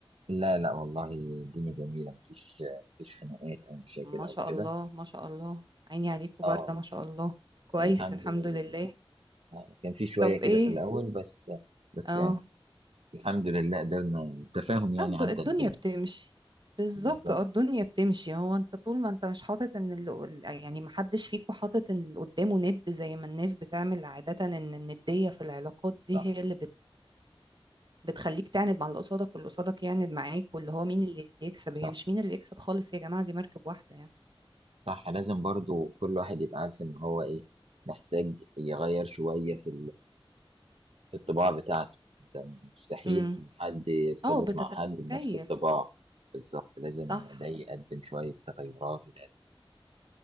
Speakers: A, on the right (about 80°); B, on the right (about 50°).
A: لا لا والله الدنيا جميلة مفيش مفيش خناقات أو مشاكل
B: ما شاء
A: أو كده
B: الله ما شاء الله عيني عليكم
A: اه
B: باردة ما شاء الله كويس
A: الحمد
B: الحمد
A: لله
B: لله
A: آه. كان في شوية
B: طب ايه
A: كده في الأول بس بس
B: اه
A: يعني الحمد لله قدرنا التفاهم يعني
B: آه، الد-
A: عدى
B: الدنيا
A: الدنيا
B: بتمشي بالظبط
A: بالظبط
B: اه الدنيا بتمشي هو انت طول ما انت مش حاطط ان اللي قل- يعني محدش فيكم حاطط ان اللي قدامه ند زي ما الناس بتعمل عادة ان الندية في العلاقات دي
A: صح
B: هي اللي بت بتخليك تعند مع اللي قصادك واللي قصادك يعند معاك واللي هو مين اللي يكسب
A: صح
B: هي مش مين اللي يكسب خالص يا جماعة دي مركب واحدة يعني
A: صح لازم برضو كل واحد يبقى عارف إن هو إيه محتاج يغير شوية في في الطباع بتاعته انت مستحيل
B: امم
A: حد يرتبط
B: اه بتتكيف
A: مع حد بنفس الطباع بالظبط لازم
B: صح
A: ده يقدم شوية تغيرات وده-